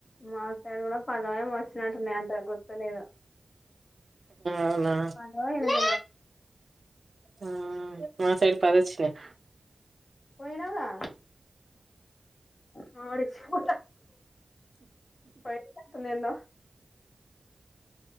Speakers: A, on the left; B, on the right.
A: మా సైడ్ కూడా పదో ఏమో వాచ్ వచ్చినట్టు ఉన్నాయి అంత గుర్తులేదు
B: అవునా
A: పదో ఎదో
B: ఆ మా సైడ్ పది వచ్చినాయి
A: పోయినవు గా మా వోడు ఇచ్చు పై కందంద